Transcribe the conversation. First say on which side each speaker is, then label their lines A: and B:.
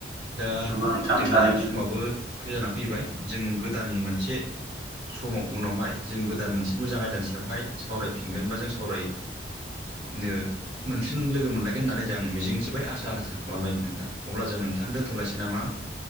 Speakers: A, on the right (about 45°); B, on the right (about 70°).
A: दा
B: नंगौ नोंथां
A: जोंना
B: थारैनो
A: समाबो फैजाना फैबाय जों गो दान मोनसे समाव उनावहाय जों गोदान मोनसे मोजां आयदानि सायावहाय सावरायफिनगोन बा जों सावराय नो मोनफिन लोगो मोन लायगोन होननानै जां मिजिंथिबाय आसा खालामबाय नोंथां अब्ला जों नोंथां दोनथ'लायसै नामा।